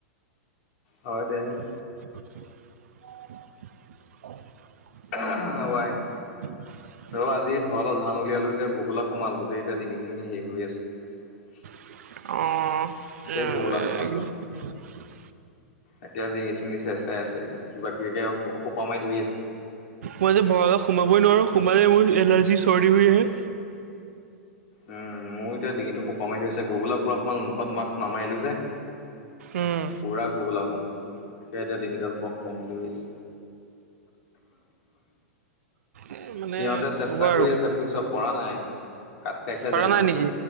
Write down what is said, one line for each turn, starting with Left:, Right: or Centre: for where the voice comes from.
Left: হয় দে।
Right: <inaudible>
Left: ৱাই
Right: <inaudible>
Left: ৰ আজি ভঁৰালৰ ধান উলিয়ালো এতিয়া ঘগোলা সোমাল গোটেই এতিয়া ডিঙি চিঙি হেষ হৈ আছে।
Right: অঁ
Left: গোটেই ঘুগোলা সোমাল গাত এতিয়া জিঙি চিঙি চে চাই আছে, কিবা কিবি সোপা মাৰি ধৰি আছে।
Right: মই যে ভৰালত সোমাবই নোৱাৰো, সোমালে মোৰ এলাৰ্জি চৰ্দি হৈ আহে।
Left: উম ময়ো এতিয়া ডিঙিতটো সোপা মাৰি থৈছে, ঘূগোলা পৰা সোমাল, মুখত মাক্স নামাৰিলো যে
Right: উম,
Left: পুৰা ঘোগোলা সোমাই গ'ল। এতিয়া তিনিডাল পোৱা সোপা মাৰি ধৰি আছে।
Right: এ মানে
Left: সিহঁতে চেষ্টা
Right: ক'বা আৰু
Left: কৰি আছে বুজিছ পৰা নাই। কাট কাই খাই
Right: পাৰা
Left: যায় বোলে।
Right: নাই নেকি?